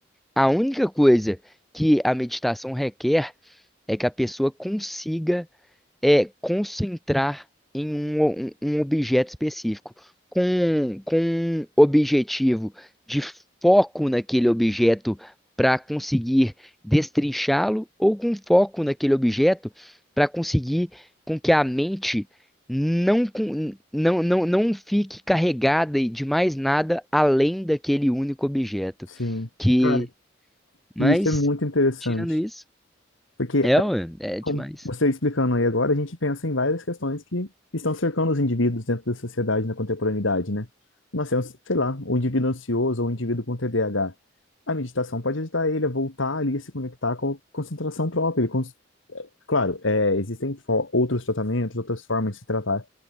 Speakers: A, in the centre; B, on the left.
A: A única coisa que a meditação requer é que a pessoa consiga é concentrar em um, um- um objeto específico, com, com um objetivo de foco naquele objeto para conseguir destrinchá-lo, ou com foco naquele objeto para conseguir com que a mente não, con- não, não, não fique carregada de mais nada além daquele único objeto.
B: sim.
A: Que,
B: cara
A: mas,
B: E isso é muito interessante,
A: tirando isso,
B: porque
A: é,
B: a-
A: ué, é demais.
B: como você explicando aí agora, a gente pensa em várias questões que estão cercando os indivíduos dentro da sociedade na contemporaneidade, né? Nós temos, sei lá, o indivíduo ansioso ou o indivíduo com TDAH. A H. A meditação pode ajudar ele a voltar ali a se conectar com a concentração própria. Ele cons- Claro, é, existem fo- outros tratamentos, outras formas de se tratar